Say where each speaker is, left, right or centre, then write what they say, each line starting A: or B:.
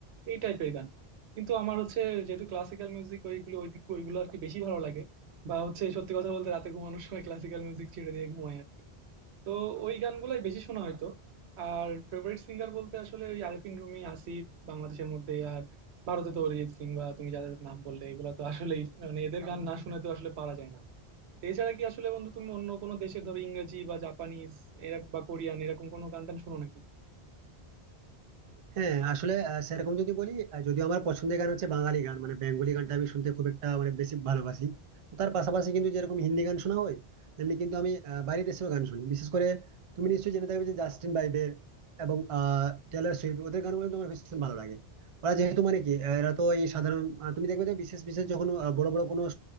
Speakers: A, on the right; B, on the right.
A: এই টাইপের গান কিন্তু আমার হচ্ছে যেহেতু ক্লাসিক্যাল মিউজিক ওইগুলো ওই দিক ওইগুলো আর কি বেশি ভালো লাগে বা হচ্ছে সত্যি কথা বলতে রাতে ঘুমানোর সময় ক্লাসিক্যাল মিউজিক ছেড়ে দিয়ে ঘুমাই আর কি তো ওই গানগুলাই বেশি শোনা হয়তো আর ফেভারিট সিঙ্গার বলতে আসলে ওই আরিফিন রুমি আসিফ বাংলাদেশের মধ্যে আর ভারতে তো অরিজিৎ সিং বা তুমি যাদের নাম বললে এগুলো তো আসলেই মানে এদের গান না শুনে তো আসলে পারা যায় না তো এছাড়া কি আসলে বন্ধু তুমি অন্য কোনো দেশের ধরো ইংরেজি বা জাপানিজ এরকম বা কোরিয়ান এরকম কোনো গান টান শোনো নাকি
B: হ্যাঁ আসলে আহ, সেরকম যদি বলি আহ, যদিও আমার পছন্দের গান হচ্ছে বাঙালি গান মানে বেঙ্গলি গানটা আমি শুনতে খুব একটা মানে বেশি ভালোবাসি তো তার পাশাপাশি কিন্তু যেরকম হিন্দি গান শোনা হয় তেমনি কিন্তু আমি আহ, বাইরের দেশেও গান শুনি বিশেষ করে তুমি নিশ্চয়ই জেনে থাকবে যে জাস্টিন বাইবের এবং আহ টেলর সুইফট ওদের গানগুলো তো আমার ভীষণ ভালো লাগে ওরা যেহেতু মানে কি আহ, এরা তো এই সাধারণ আহ, তুমি দেখবে যে বিশেষ বিশেষ যখন আহ, বড় বড় কোনো